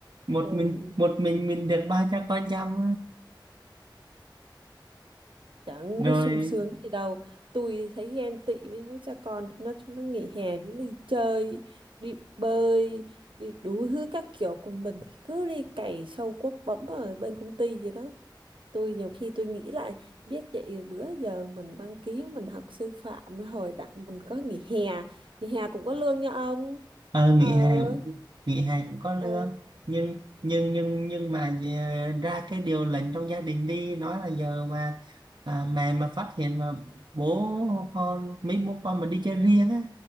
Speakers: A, on the right; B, on the right.
A: một
B: Ừ.
A: mình một mình mình được ba cha con chăm
B: Chẳng
A: <laughs> rồi
B: có sung sướng gì đâu Tôi thấy ghen tị với mấy cha con Chúng nó chúng nó nghỉ hè Chúng nó đi chơi Đi bơi Đi đủ thứ các kiểu Còn mình thì cứ đi cày sâu cuốc bấm Ở bên công ty gì đó Tôi nhiều khi tôi nghĩ lại Biết vậy bữa giờ mình đăng ký Mình học sư phạm Hồi đặng mình có nghỉ hè Nghỉ hè cũng có lương nha ông
A: ờ,
B: Ờ
A: nghỉ hè cũng nghỉ hè cũng có lương
B: Ờ
A: nhưng nhưng nhưng nhưng mà à, ra cái điều lệnh trong gia đình đi nói là giờ mà à, mẹ mà phát hiện mà bố con mấy bố con mà đi chơi riêng á